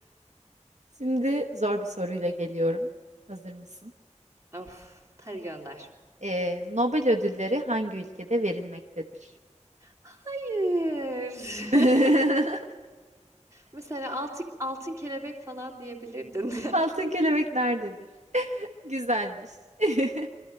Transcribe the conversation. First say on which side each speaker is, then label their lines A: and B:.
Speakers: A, on the right; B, on the right.
A: Şimdi zor bir soruyla geliyorum. Hazır mısın?
B: Of, hadi gönder.
A: Ee, Nobel ödülleri hangi ülkede verilmektedir?
B: Hayır.
A: <laughs>
B: <laughs> Mesela altın, altın kelebek falan diyebilirdin.
A: Altın kelebek nerededir? Güzelmiş. <laughs>